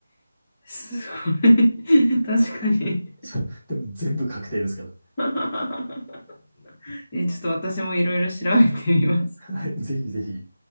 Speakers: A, on the left; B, in the centre.
A: すごい。<laughs> 確かに。
B: そう。でも全部確定ですから。
A: <laughs> え、ちょっと私もいろいろ調べてみます。
B: はい。ぜひぜひ。